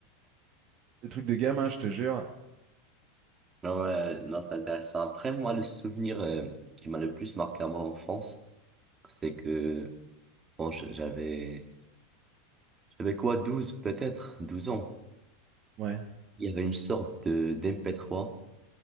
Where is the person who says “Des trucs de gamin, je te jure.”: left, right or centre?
Right